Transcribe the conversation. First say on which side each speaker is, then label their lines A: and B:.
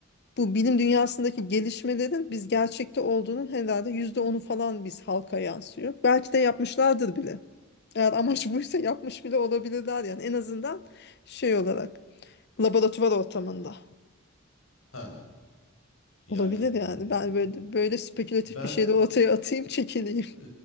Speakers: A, on the left (about 55°); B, on the left (about 85°).
A: Bu bilim dünyasındaki gelişmelerin biz gerçekte olduğunun herhalde yüzde onu falan biz halka yansıyor. Belki de yapmışlardır bile. Eğer amaç <laughs> buysa yapmış bile olabilirler yani en azından şey olarak laboratuvar ortamında
B: Ha yani
A: olabilir yani.
B: e,
A: Ben böyle böyle spekülatif
B: ben
A: bir şey de ortaya atayım çekileyim.
B: e,